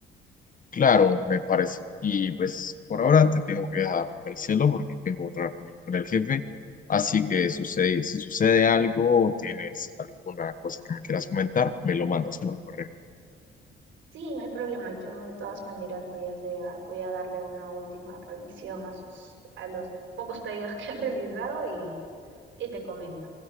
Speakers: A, on the left; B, on the right.
A: Claro, me parece. Y pues por ahora te tengo que dejar, cielo porque tengo otra reunión con el jefe. Así que sucede, si sucede algo o tienes alguna cosa que me quieras comentar, me lo mandas por correo.
B: Sí, no hay problema. Yo de todas maneras voy a hacer, ah, voy a darle una última revisión a sus, a los pocos pedidos <laughs> que han realizado y, y te comento.